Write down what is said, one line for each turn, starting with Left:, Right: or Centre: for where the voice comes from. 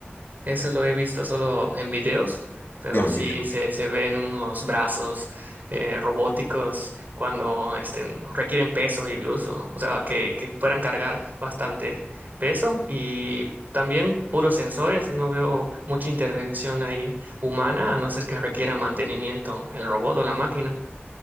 Right: Eso lo he visto solo en videos, pero
Left: Es un
Right: sí
Left: video.
Right: se, se ven unos brazos eh, robóticos cuando este, requieren peso incluso, o sea, que, que puedan cargar bastante peso y también puros sensores, no veo mucha intervención ahí humana, a no ser que requiera mantenimiento el robot o la máquina.